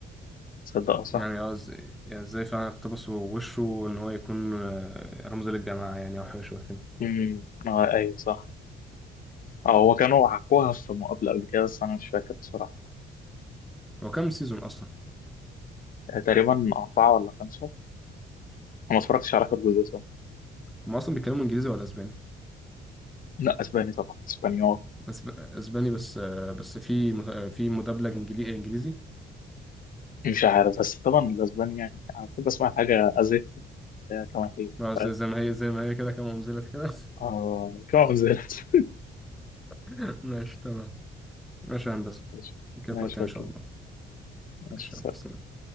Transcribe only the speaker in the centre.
يعني اه إز- يعني ازاي فعلا اقتبسوا وشه ان هو يكون آه، رمز للجماعه يعني او حاجه شبه كده
هو كام سيزون اصلا
هم اصلا بيتكلموا انجليزي ولا اسباني
أسب... اسباني بس آه، بس في مت- آه، في مدبلج انجليزي انجليزي
آه، زي
زي ما هي زي ما هي كده كما انزلت كده
<laughs> ماشي تمام ماشي يا هندسة
نكمل
في وقتنا ان
شاء الله ماشي
يلا، سلام